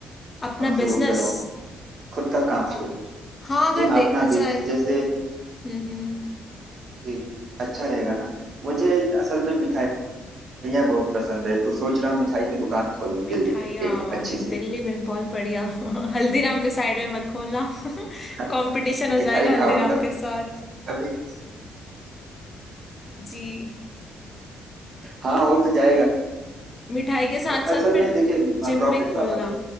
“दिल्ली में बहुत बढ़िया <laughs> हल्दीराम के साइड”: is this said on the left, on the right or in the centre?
Left